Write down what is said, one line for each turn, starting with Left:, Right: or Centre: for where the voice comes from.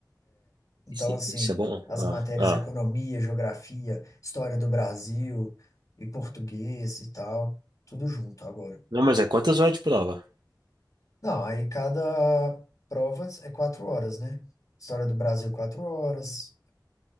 Left: Então,
Right: Isso,
Left: assim,
Right: isso é bom?
Left: as
Right: Ah,
Left: matérias
Right: ah.
Left: economia, geografia, história do Brasil e português e tal, tudo junto agora.
Right: Não, mas é quantas horas de prova?
Left: Não, aí cada prova é quatro horas, né? História do Brasil, quatro horas.